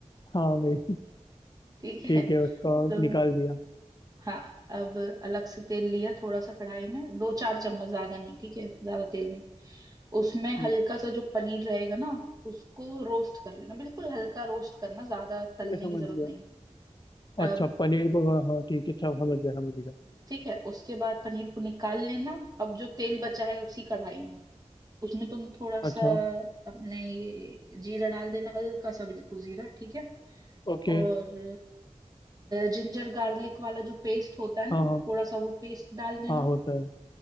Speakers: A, on the left; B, on the right.
A: हाँ भाई
B: ठीक
A: ठीक
B: है
A: है उसका
B: तो
A: निकाल दिया
B: हाँ अब अलग से तेल लिया थोड़ा सा कढ़ाई में दो चार चम्मच ज्यादा नहीं ठीक है ज्यादा तेल नहीं उसमें
A: हम्म
B: हल्का सा जो पनीर रहेगा ना उसको रोस्ट कर लेना बिल्कुल हल्का रोस्ट करना ज्यादा तलने
A: ठीक है समझ
B: की जरूरत
A: गया
B: नहीं है
A: अच्छा
B: अब
A: पनीर को हाँ हाँ, ठीक है अच्छा समझ गया समझ गया
B: ठीक है उसके बाद पनीर को निकाल लेना अब जो तेल बचा है उसी कढ़ाई में उसमें तुम थोड़ा
A: अच्छा
B: सा अपने ये जीरा डाल देना हल्का सा बिल्कुल जीरा ठीक है
A: ओके
B: और जिंजर गार्लिक वाला जो पेस्ट होता है
A: हाँ
B: ना
A: हाँ
B: थोड़ा सा वो पेस्ट डाल देना
A: हाँ होता है